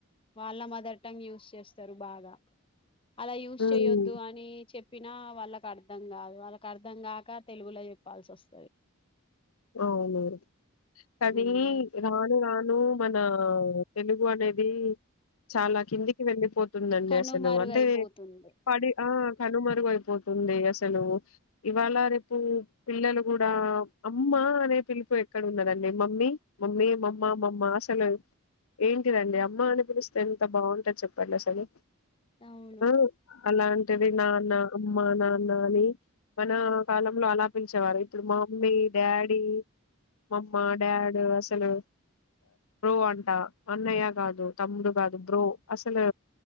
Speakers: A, on the left; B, on the left.
A: వాళ్ళ మదర్ టాంగ్గ్ యూస్ చేస్తారు బాగా అలా యూస్్
B: ఉమ్
A: చేయ్యొద్దు అని చెప్ చెప్పినా వాళ్ళకి అర్థం కాదు వాళ్ళకి అర్థం కాక తెలుగులో చెప్పాల్సి వస్
B: అవును ఆది
A: మ్మ్
B: రాని వా డు మన తెలుగు అనేది చాలా కిందికి వెళ్ళిపోత్ ందండి
A: కనుమరుగైపోతుంది
B: అసలు అంటే పడి ఆ కనుమరుగ అయిపోతుంది అసలు ఇవాళ రేపు పిల్లలు కూడా అమ్మ అనే పిలుపు ఎక్కడ ఉన్నదండి మమ్మీ మమ్మీ మమ్మ మమ్మ అసలు ఏంటిదండి అమ్మ అని పిలిస్తే ఎంత బాగుంటంది చేపండి అసలు
A: అవును
B: ఆ అలాం అది నాన్న అమ్మ నాన్న అని మన కాలంలో అలా పిలిచేవారు ఇప్పుడు మమ్మీ డాడీ మామ్మ డాడ్ అసలు బ్రో అంట అన్నయ్య కాదు తమ్ముడు కాదు బ్రో అసలు